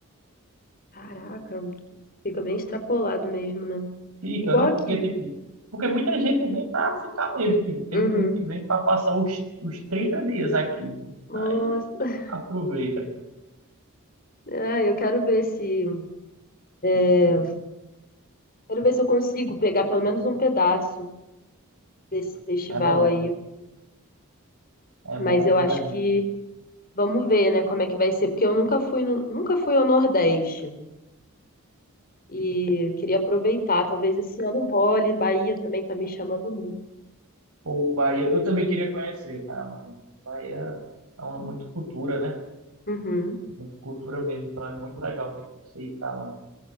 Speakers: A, on the left; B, on the right.
A: caraca, fica bem extrapolado mesmo, né?
B: fica,
A: Igual
B: né? Porque,
A: aqui.
B: tipo, porque muita gente vem para ficar mesmo. Tipo, tem
A: Uhum.
B: muita gente que vem para passar os, os 30 dias aqui.
A: Nossa,
B: Aí,
A: <laughs>
B: aproveita.
A: ah, eu quero ver se, é, quero ver se eu consigo pegar pelo menos um pedaço desse festival
B: É bom,
A: aí.
B: é bom
A: Mas eu
B: de
A: acho
B: verdade.
A: que vamos ver, né, como é que vai ser, porque eu nunca fui no, nunca fui ao Nordeste. E queria aproveitar, talvez esse ano role, Bahia também tá me chamando muito.
B: Ou Bahia, eu também queria conhecer, cara, mas Bahia é uma, muito cultura, né?
A: Uhum.
B: Muito cultura mesmo, então é muito legal de você ir para lá.